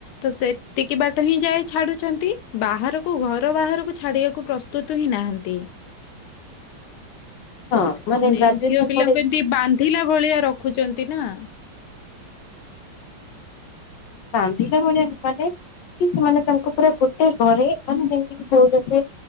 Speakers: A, on the left; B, on the left.
A: ତ ସେତିକି ବାଟ ହିଁ ଯାଏ ଛାଡ଼ୁଛନ୍ତି ବାହାରୁକୁ ଘର ବାହାରୁକୁ ଛାଡ଼ିବାକୁ ପ୍ରସ୍ତୁତୁ ହିଁ ନାହାନ୍ତି।
B: ହଁ ମାନେ
A: ନେ
B: ଗ୍ରାଜୁଏସନ
A: ଝିଅପିଲାଙ୍କୁ
B: ପରେ
A: ଏମିତି ବାନ୍ଧିଲା ଭଳିଆ ରଖୁଛନ୍ତି ନାଁ।
B: ବାନ୍ଧିଲା ଭଳିଆ ମାନେ କି ସେମାନେ ତାଙ୍କୁ ପୁରା ଗୋଟେ ଘରେ ମାନେ ଯେମତି ସିଏ ହୋଉଚନ୍ତି